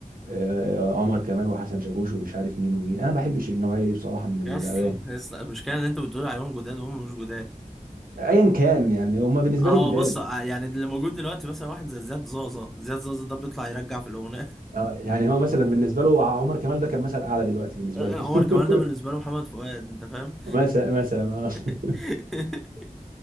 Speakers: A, on the right; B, in the centre.
A: آه، عمر كمال وحسن شاكوش ومش عارف مين ومين انا ما بحبش النوعيه دي بصراحه من الاغاني
B: يا اسطى يا اسطى المشكله ان انت بتقول عليهم جداد وهم مش جداد
A: ايا كان يعني هم بالنسبه
B: هو
A: لي جداد
B: بص آه، يعني اللي موجود دلوقتي مثلا واحد زي زياد زازا زياد زازا ده بيطلع يرجع في الاغنيه
A: آه، يعني هو مثلا بالنسبه له عمر كمال ده كان مثل اعلى دلوقتي
B: <laughs>
A: بالنسبه
B: عمر
A: له <laughs>
B: كمال ده <laughs> بالنسبه له محمد فؤاد انت فاهم
A: مثلا مثلا اه <laughs>
B: <laughs>